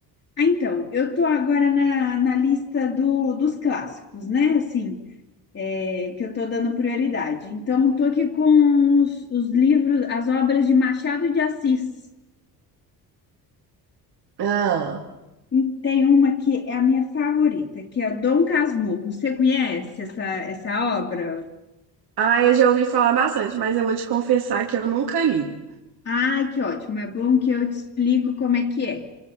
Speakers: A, on the left; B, on the right.
A: Ah, então, eu tô agora na, na lista do, dos clássicos, né? Assim, é, que eu tô dando prioridade. Então, tô aqui com os, os livros, as obras de Machado de Assis.
B: Ah,
A: E Tem uma que é a minha favorita, que é Dom Casmurro. Você conhece essa, essa obra?
B: ah, eu já ouvi falar bastante, mas eu vou te confessar que eu nunca li.
A: Ai, que ótimo! É bom que eu te explico como é que é.